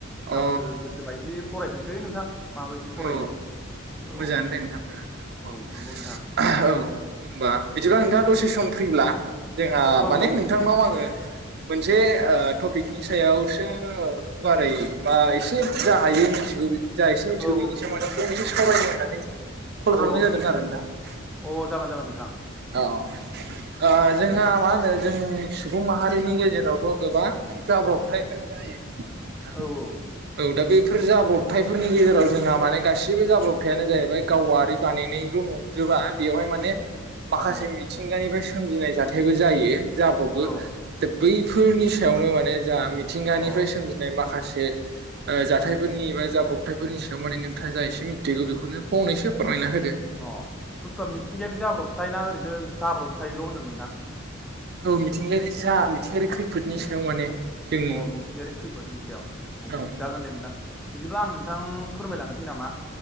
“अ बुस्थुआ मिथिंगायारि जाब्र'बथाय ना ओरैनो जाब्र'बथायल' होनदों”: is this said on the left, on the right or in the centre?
Centre